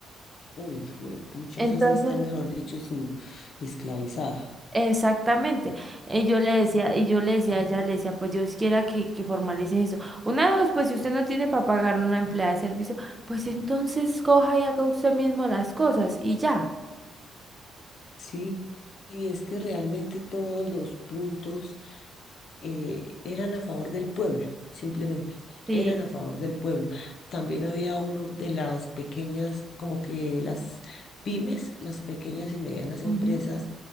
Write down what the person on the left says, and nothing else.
Uy, juepucha,
esa sí está, mejor dicho, su esclavizada.
<clears throat>
Sí, y es que realmente todos los puntos eh, eran a favor del pueblo, simplemente,
eran a favor del pueblo. También había uno de las pequeñas, como que las pymes, las pequeñas y medianas empresas,